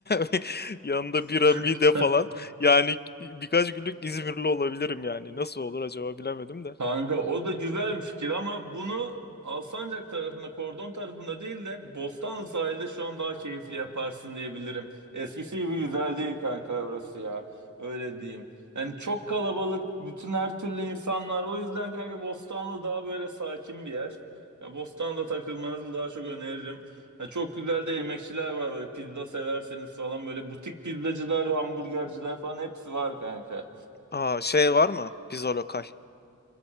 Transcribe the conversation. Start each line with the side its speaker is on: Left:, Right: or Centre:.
Left: <laughs> yanında bira
Right: <laughs>
Left: mide falan. Yani birkaç günlük İzmirli olabilirim yani. Nasıl olur acaba bilemedim de.
Right: Kanka o da güzel bir fikir ama bunu Alsancak tarafında, Kordon tarafında değil de Bostanlı sahilde şu an daha keyifli yaparsın diyebilirim. Eskisi gibi güzel değil kanka orası ya. Öyle diyeyim. Yani çok kalabalık, bütün her türlü insan var. O yüzden kanka Bostanlı daha böyle sakin bir yer. Ya Bostanlı'da takılmanızı daha çok öneririm. Ya çok güzel de yemekçiler var. Böyle pizza severseniz falan böyle butik pizzacılar, hamburgerciler falan hepsi var kanka.
Left: Aa, şey var mı? Pizza lokal.